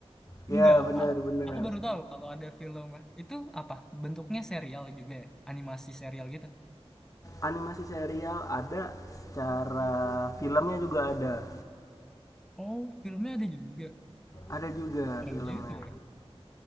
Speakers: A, on the left (about 30°); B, in the centre.
A: Ya
B: Enggak,
A: benar
B: a-
A: benar.
B: aku baru tahu kalau ada film. Itu apa? Bentuknya serial juga ya? Animasi serial gitu?
A: Animasi serial ada, secara filmnya juga ada.
B: Oh, filmnya ada juga.
A: Ada juga
B: Keren
A: filmnya.
B: juga ya.